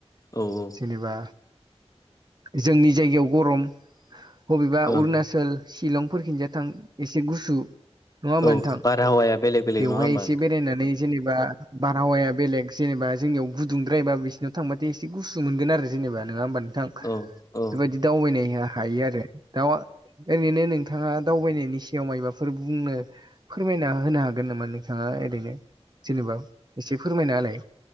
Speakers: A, on the left; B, on the right.
A: औ औ।
B: जेनेबा जोंनि जायगायाव गरम बबेबा
A: ओं
B: अरुनााचल सिशिलंफोरखिनजों थां एसे गुसु नङा होमबा
A: औ
B: नोंथां
A: बारहावाया बेलेग बेलेग
B: बेवहाय
A: नङा होमबा
B: एसे बेरायनानै जेनेबा बारहावाया बेलेग जेनेबा जोंनियाव गुदुंद्रायबा बिसिनाव थांबाथाय एसे गुसु मोनगोन जेनेबा नङा होनबा‌ नों थां
A: नोंथां औ
B: बेबायदि दावबायनाय हायो आरो दाउ ओरैनो नों नोंथाङा दावबायनायनि सायाव मायबाफोर बुंनो फोरमायना होनो हागोन नामा नोंथाङा ओरैनो? जेनेबा एसे फोरमायना होलाय